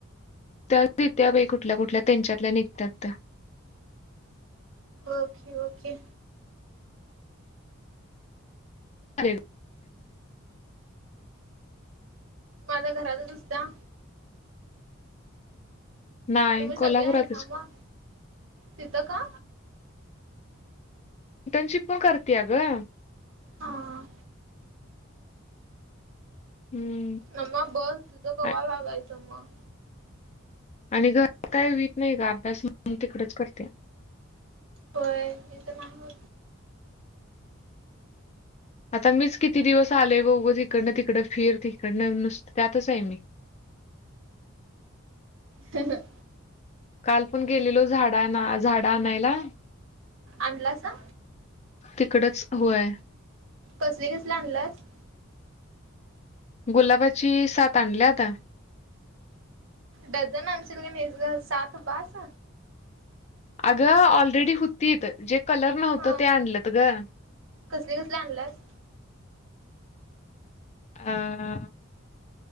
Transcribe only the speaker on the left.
त्यारीत्या काही कुठल्या कुठल्या त्यांच्यातल्या निघतात त्या.
अर.
नाही
कोल्हापुरातच
इंटर्नशिप पण करते अ ग.
हम्म.
आ-
आणि घर काय वत नाही का अभ्यास म्हणून तिकडच करते
आता मीच किती दिवस आलेय बघ तिकडनं तिकडं फिर तिकडनं नुसतं त्यातच आहे मी.
काल पण गेलेलो झाडा झाड आणायला.
तिकडच होय.
गुलाबाची सात आणल्या आता.
अगं ऑलरेडी होतीत जे कलर नव्हतं
ते आणलंत ग.
ह.